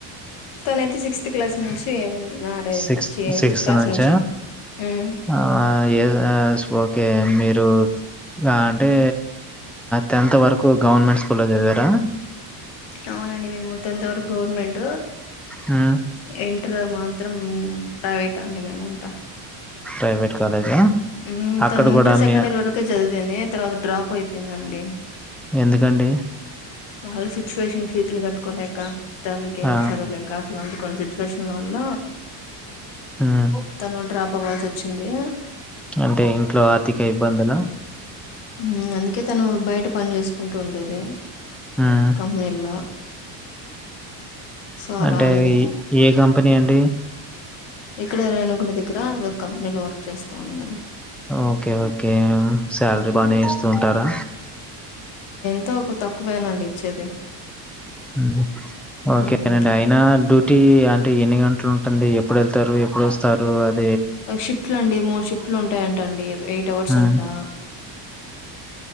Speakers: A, on the left; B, in the centre.
A: తనైతే సిక్స్త్ క్లాస్ నుంచి మ్యారేజ్
B: సిక్స్
A: చి
B: సిక్స్త్
A: క్లాస్
B: నుంచ
A: నుంచి ఉమ్
B: ఆ ఏదో ఓకే మీరు ఆ అంటే టెన్త్ వరకు గవర్నమెంట్ స్కూల్లో చదివారా
A: అవునండి మేము టెన్త్ వరకు గవర్నమెంట్
B: హ్మ్.
A: ఇన్ టార్ మాత్రం ప్రైవేట్ అండి మేమంతా
B: ప్రైవేట్ కాలేజా
A: ఉమ్
B: అక్కడ
A: తను ఇంటర్
B: కూడా
A: సెకండ్
B: మీ
A: ఇయర్ వరకే చదివింది తర్వాత డ్రాప్ అయిపోయిందండి
B: ఎందుకండి
A: వాళ్ళ సిట్యుయేషన్ ఫీజులు కట్టు కోలేక తనికి
B: ఆ
A: చదవలేక అట్లాంటి కొన్ని సిచువేషన్ వాళ్ళ
B: ఉమ్
A: తను డ్రాప్ పోవాల్సి వచ్చింది
B: అంటే ఇంట్లో ఆర్థిక ఇబ్బందుల
A: ఉమ్ అందుకే తను బయట పని చేసుకుంటూ ఉండేది దే
B: ఉమ్
A: కంపెనీల్లో సో అలా
B: అంటే
A: అండి
B: ఏ ఏ కంపెనీ అండి
A: ఇక్కడ రేణు గుడి దగ్గర వ కంపెనీలో వర్క్ చేస్తా ఉందండీ
B: ఓకే ఓకే శాలరీ బానే ఇస్తూ ఉంటారా
A: ఎంతో ఒక తక్కువ నండి ఇచ్చేది
B: ఉమ్ ఓకే
A: మ్మ్
B: అండి అయినా డు టి అంటే ఎన్ని గంటలు ఉంటుంది ఎప్పుడు వెళ్తారు ఎప్పుడు వస్తారు అద్
A: షిఫట్ లు అండి మూడు షిఫ్ట్లు ఉంటాయంట అండి ఎయిట్ అవర్స్
B: ఉమ్
A: ఉంటా